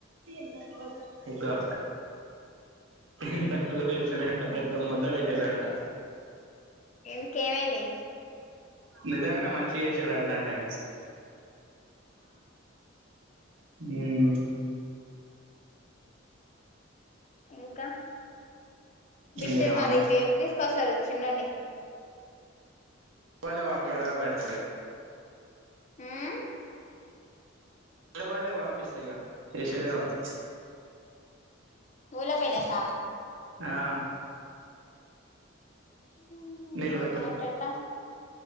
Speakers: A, on the right (about 70°); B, on the left (about 35°).
A: క్కడ ముగా ఇంత కూర వేసిరంట పెద్ద ముద్ద పెట్టిరంట
B: ఎందుకేమైంది
A: నిజంగానే మంచిగేసిరంట అంటే మ్
B: ఇంకా బిట్టు
A: ఏమున్నాయి
B: మరి ఇప్పుడు తీసుకొస్తారు చిన్నోన్ని
A: బల్లెకు పంపియడమే బెటర్ క
B: మ్
A: టే బళ్ళేకు పంపిస్తా ఇగా చేసేదేముంది
B: ఊళ్లే పెలే క
A: ఆ
B: మ్
A: నీళ్ళు
B: అట్టేట్ట